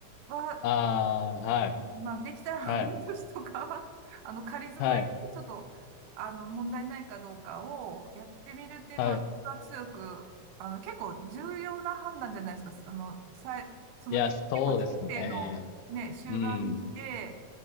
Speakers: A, on the right; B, on the left.
A: は、
B: ああ、はい、
A: まあ、できたら半年とかは、
B: はい、
A: <laughs> あの、仮住まい、
B: はい、
A: ちょっと、あの、問題ないかどうかをやってみるっていうのは、
B: はい。
A: 強く、あの、結構重要な判断じゃないですか。あの、さい、その、
B: いや、
A: け結構人生のね、
B: そうですね。
A: 終盤で来
B: うん。